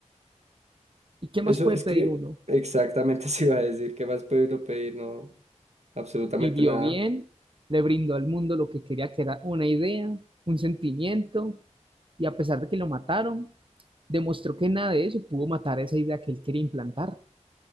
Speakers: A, on the right; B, on the right.
A: ¿Y qué
B: Eso
A: más puede
B: es
A: pedir
B: que
A: uno?
B: exactamente <laughs> se iba a decir, ¿qué más puede uno pedir? No, absolutamente
A: Vivió
B: nada.
A: bien, le brindó al mundo lo que quería, que era una idea, un sentimiento, y a pesar de que lo mataron, demostró que nada de eso pudo matar esa idea que él quería implantar.